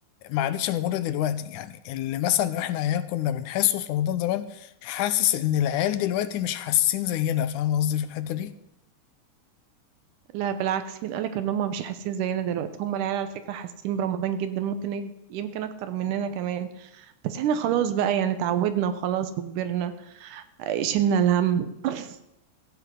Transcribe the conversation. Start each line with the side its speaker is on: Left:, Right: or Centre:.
Left: ما عادتش موجوده دلوقتي يعني اللي مثلا احنا عيال كنا بنحسه في رمضان زمان حاسس ان العيال دلوقتي مش حاسين زينا فاهم قصدي في الحته دي
Right: لا بالعكس مين قالك ان هم مش حاسين زينا دلوقتي هم العيال على فكرة حاسين برمضان جدا ممكن يب- يمكن اكتر مننا كمان بس احنا خلاص بقى يعني اتعودنا وخلاص وكبرنا آه، شلنا الهم <laughs>